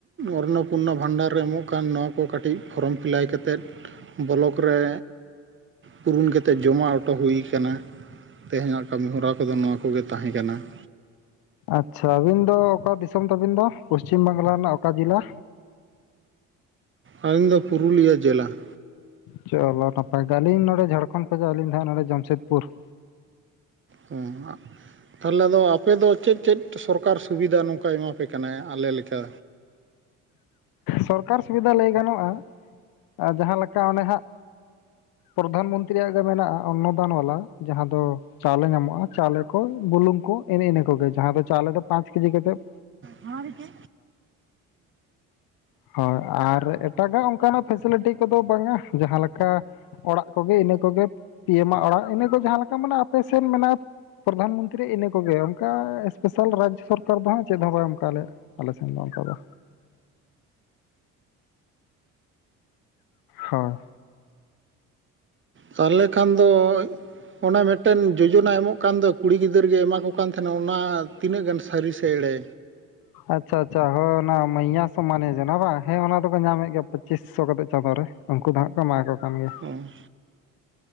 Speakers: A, on the right; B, on the left.
A: ᱚᱨᱱᱚᱯᱩᱨᱱᱟ ᱵᱷᱟᱱᱰᱟᱨ ᱨᱮ ᱮᱢᱚᱜ ᱠᱟᱱ ᱱᱚ ᱠᱚ ᱠᱟᱹᱴᱤᱡ ᱯᱷᱨᱚᱢ ᱯᱷᱤᱞᱟᱭ ᱠᱟᱛᱮᱫ ᱵᱚᱞᱚᱠ ᱨᱮ ᱯᱩᱨᱩᱱ ᱠᱟᱛᱮᱜ ᱡᱚᱢᱟ ᱚᱴᱚ ᱦᱩᱭ ᱠᱟᱱᱟ᱾ ᱛᱮᱦᱮᱧᱟᱜ ᱠᱟᱹᱢᱤ ᱦᱚᱨᱟ ᱠᱚᱫᱚ ᱱᱚᱣᱟ ᱠᱚᱜᱮ ᱛᱟᱦᱮᱸ ᱠᱟᱱᱟ ᱾
B: ᱟᱪᱪᱷᱟ ᱟᱹᱵᱤᱱ ᱫᱚ ᱚᱠᱟ ᱫᱤᱥᱚᱢ ᱛᱟᱹᱵᱤᱱ ᱫᱚ ᱯᱚᱥᱪᱤᱢ ᱵᱟᱝᱜᱞᱟ ᱨᱮᱱᱟᱜ ᱚᱠᱟ ᱡᱤᱞᱞᱟ?
A: ᱟᱞᱤᱧ ᱫᱚ ᱯᱩᱨᱩᱞᱤᱭᱟᱹ ᱡᱮᱞᱟ ᱾
B: ᱪᱚᱞᱚ ᱱᱟᱯᱟᱭ ᱜᱮ, ᱟᱹᱞᱤᱧ ᱱᱚᱸᱰᱮ ᱡᱷᱟᱲᱠᱷᱚᱸᱰ ᱠᱷᱚᱡᱟᱜ ᱟᱹᱞᱤᱧ ᱫᱚ ᱦᱟᱸᱜ ᱱᱚᱸᱰᱮ ᱡᱟᱢᱥᱮᱫᱽᱯᱩᱨ ᱾
A: ᱦᱚᱸ ᱦᱟᱜ ᱾ ᱛᱟᱦᱮᱞᱮ ᱫᱚ ᱟᱯᱮᱫᱚ ᱪᱮᱫ ᱪᱮᱫ ᱥᱚᱨᱠᱟᱨ ᱥᱩᱵᱤᱫᱟ ᱱᱚᱝᱠᱟᱭ ᱮᱢᱟᱯᱮ ᱠᱟᱱᱟᱭ ᱟᱞᱮ ᱞᱮᱠᱟ?
B: ᱥᱚᱨᱠᱟᱨ ᱥᱩᱵᱤᱫᱟ ᱞᱟᱹᱭ ᱜᱟᱱᱚᱜᱼᱟ, ᱟᱨ ᱡᱟᱦᱟᱸᱞᱮᱠᱟ ᱚᱱᱮ ᱦᱟᱸᱜ ᱯᱨᱚᱫᱷᱟᱱ ᱢᱚᱱᱛᱨᱤᱭᱟᱜ ᱜᱮ ᱢᱮᱱᱟᱜᱼᱟ, ᱚᱱᱚᱫᱟᱱ ᱵᱟᱞᱟ ᱡᱟᱦᱟᱸ ᱫᱚᱼᱼ ᱪᱟᱣᱞᱮ ᱧᱟᱢᱚᱜᱼᱟ ᱪᱟᱣᱞᱮ ᱠᱚ ᱵᱩᱞᱩᱝ ᱠᱚ ᱮᱱᱮ ᱤᱱᱟᱹ ᱠᱚᱜᱮ, ᱡᱟᱦᱟᱸ ᱫᱚ ᱪᱟᱣᱞᱮ ᱫᱚ ᱯᱟᱸᱪ ᱠᱮᱡᱤ ᱠᱟᱛᱮᱜ
A: ᱦᱚᱲ ᱜᱮ
B: ᱦᱚᱭ ᱟᱨ ᱮᱴᱟᱜᱟᱜ ᱚᱱᱠᱟᱱᱟᱜ ᱯᱷᱮᱥᱮᱞᱤᱴᱤ ᱠᱚᱫᱚ ᱵᱟᱝ ᱟ ᱡᱟᱦᱟᱸ ᱞᱮᱠᱟ ᱚᱲᱟᱜ ᱠᱚᱜᱮ ᱤᱱᱟᱹ ᱠᱚᱜᱮ ᱯᱤᱭᱮᱢᱟᱜ ᱚᱲᱟᱜ ᱤᱱᱟᱹ ᱠᱚ ᱡᱟᱦᱟᱸ ᱞᱮᱠᱟ ᱢᱮᱱᱟᱜ ᱟᱯᱮ ᱥᱮᱱ ᱢᱮᱱᱟᱜ ᱯᱚᱨᱫᱷᱟᱱ ᱢᱚᱱᱛᱨᱤ ᱤᱱᱟᱹ ᱠᱚᱜᱮ ᱚᱱᱠᱟ ᱮᱥᱯᱮᱥᱟᱞ ᱨᱟᱡᱽ ᱥᱚᱨᱠᱟᱨ ᱫᱚ ᱦᱟᱸᱜ ᱪᱮᱫ ᱦᱚᱸ ᱵᱟᱭ ᱮᱢ ᱠᱟᱜ ᱞᱮᱭᱟ ᱾ ᱟᱞᱮ ᱥᱮᱱ ᱫᱚ ᱚᱱᱠᱟ ᱫᱚ ᱦᱚᱭ
A: ᱛᱟᱦᱮᱞᱮ ᱠᱷᱟᱱ ᱫᱚ ᱚᱱᱟ ᱢᱤᱫᱴᱟᱝ ᱡᱚᱡᱚᱱᱟ ᱮᱢᱚᱜ ᱠᱟᱱ ᱫᱚ, ᱠᱩᱲᱤ ᱜᱤᱫᱟᱹᱨ ᱜᱮ ᱮᱢᱟ ᱠᱚ ᱠᱟᱱ ᱛᱮᱦᱮᱱᱟ ᱚᱱᱟ ᱛᱤᱱᱟᱹᱜ ᱜᱟᱱ ᱥᱟᱹᱨᱤ ᱥᱮ ᱮᱲᱮ?
B: ᱟᱪᱪᱷᱟ ᱟᱪᱪᱷᱟ ᱦᱚᱭ ᱚᱱᱟ ᱢᱟᱸᱭᱭᱟ ᱥᱚᱢᱢᱟᱱᱮ ᱡᱚᱡᱱᱟ ᱵᱟᱝ, ᱦᱮᱸ ᱚᱱᱟ ᱫᱚᱠᱚ ᱧᱟᱢᱮᱜ ᱜᱮ ᱯᱩᱪᱤᱥᱥᱚ ᱠᱟᱛᱮᱜ ᱪᱟᱸᱫᱚ ᱨᱮ, ᱩᱱᱠᱩ ᱫᱚ ᱦᱟᱸᱜ ᱠᱚ ᱮᱢᱟ ᱠᱚ ᱠᱟᱱ ᱜᱮᱭᱟ ᱾
A: ᱚᱸ